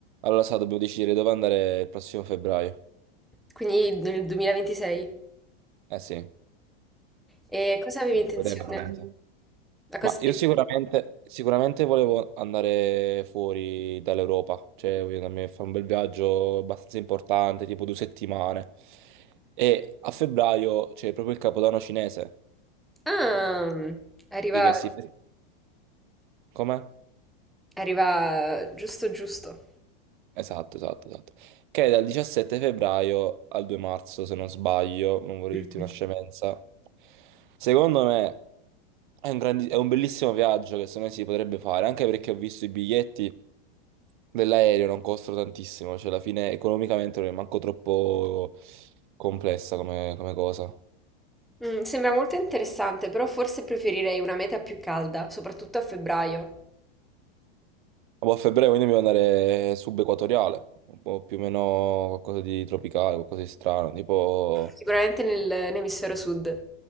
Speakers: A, on the right (about 55°); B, in the centre.
A: Allora, sa, dobbiamo decidere dove andare il prossimo febbraio.
B: Quindi nel 2026.
A: Eh sì, eh,
B: E cosa avevi intenzione?
A: vedremo veramente.
B: A cosa
A: Ma
B: stai
A: io sicuramente,
B: pensando?
A: sicuramente volevo andare fuori dall'Europa, cioè voglio andarmi a fare un bel viaggio abbastanza importante, tipo due settimane. E a febbraio c'è proprio il Capodanno cinese,
B: Ah, arriva,
A: sì, che si... Come?
B: arriva giusto giusto.
A: Esatto, esatto, esatto. Che è dal 17 febbraio al 2 marzo, se non sbaglio, non vorrei
B: Mhm.
A: dirti una scemenza. Secondo me è un, grandi- è un bellissimo viaggio che secondo me si potrebbe fare, anche perché ho visto i biglietti dell'aereo, non costano tantissimo, cioè alla fine economicamente non è manco troppo complessa come, come cosa. Ma
B: Mm, sembra molto interessante, però forse preferirei una meta più calda, soprattutto a febbraio.
A: poi a febbraio quindi dobbiamo andare subequatoriale, un po' più o meno qualcosa di tropicale, qualcosa di strano, tipo
B: Sicuramente nel- nell'emisfero sud.